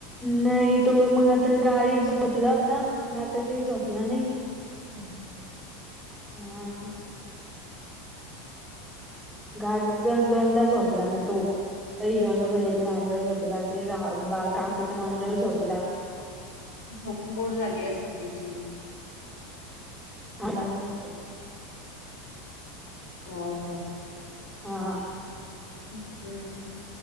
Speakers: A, in the centre; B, on the left (about 90°).
A: नाही तो मग आता गाडीत झोपला होता मग आता काही झोपला नाही.
B: हम्म
A: हा
B: हम्
A: गाडीत गज दोनदा झोपला ना तो काही गणु भय्याच्या मांडीवर झोपला काही बा काकूच्या मांडीवर झोपला.
B: झोपमोड झाली असलं त्याची.
A: आ लागला तो
B: हो का?
A: हां हा.
B: हम्